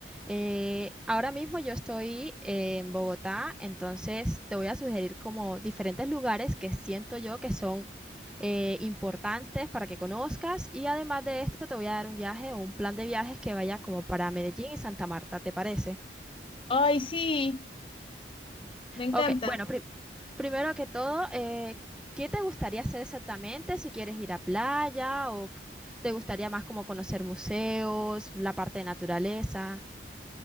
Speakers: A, in the centre; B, on the left (about 30°).
A: Eh, ahora mismo yo estoy eh, en Bogotá, entonces te voy a sugerir como diferentes lugares que siento yo que son eh, importantes para que conozcas y además de esto te voy a dar un viaje o un plan de viajes que vaya como para Medellín y Santa Marta, ¿te parece?
B: Ay, sí, me encanta.
A: Ok, bueno, pri- primero que todo, eh, ¿qué te gustaría hacer exactamente? Si quieres ir a playa o qu- te gustaría más como conocer museos, la parte de naturaleza.